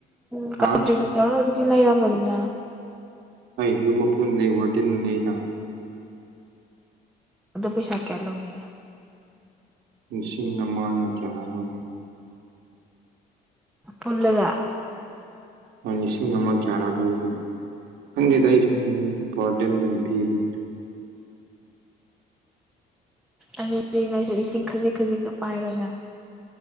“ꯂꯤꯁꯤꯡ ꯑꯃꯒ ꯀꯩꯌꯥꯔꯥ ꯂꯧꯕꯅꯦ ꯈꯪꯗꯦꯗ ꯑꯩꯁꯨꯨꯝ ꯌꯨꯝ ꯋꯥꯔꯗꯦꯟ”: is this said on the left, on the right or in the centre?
Right